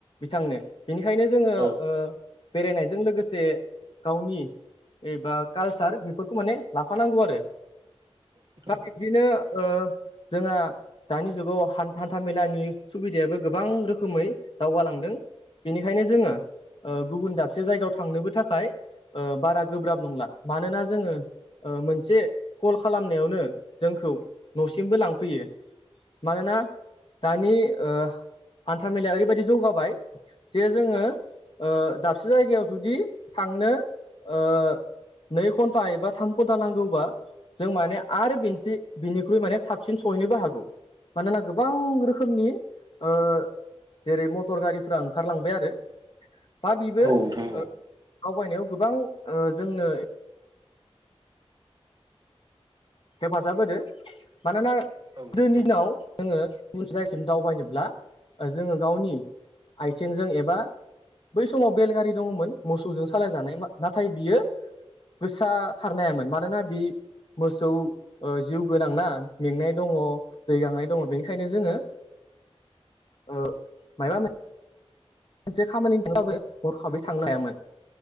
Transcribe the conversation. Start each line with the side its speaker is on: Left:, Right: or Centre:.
Left: बिथांनो बिनिखायनो जोङो
Right: औ
Left: ओ बेरायनायजों लोगोसे गावनि एबा कालसार बेफोरखौ माने लाफानांगौ आरो दा
Right: औ
Left: बे बिदिनो ओ जोंहा दानि जुगाव हान-हान्था मेलानि सुबिदायाबो गोबां रोखो रोखोमै दावगालांदों बेनिखायनो जोङो ओ गुबुन दाबसे जायगायाव थांनोबो थाखाय ओ बारा गोब्राब नंला मानोना जोङो ओ मोनसे कल खालामनायावनो जोंखौ न'सिमबो लांफैयो। मानोना दानि ओ हान्था मेलाया ओरैबायदि जौगाबाय। जे जोङो ओ दाबसे जायगायाव जुदि थांनो ओ नै घन्टा एबा थाम घन्टा नांगौबा जों माने आरो बेनोसै बिनिख्रुइ माने थाबसिन सहैनोबो हागौ। मानोना गोबां रोखोमनि ओ जेरै मटर गारिफ्रा ओंखारलांबाय आरो दा बेबो
Right: औ
Left: ओ
Right: नोंथां
Left: दावबायनायाव गोबां ओ जोंनो हेफाजाब होदो मानोना
Right: औ
Left: दिनिनाव जोङो गुबन से जायसिम दावबायनोब्ला जोङो गावनि आथिंजों एबा बै समाव बेलगारि दङमोन मोसौजों सालायजानाय मा नाथाय बियो गोसा खारनो हायामोन मानोना बि थ' ओ जिउ गोनांना मेंनाय दङ दै गांनाय दङ बेनिखायनो जोङो ओ माइबा मोन से खामानि <inaudible> बो हरखाबै थांनो हायामोन।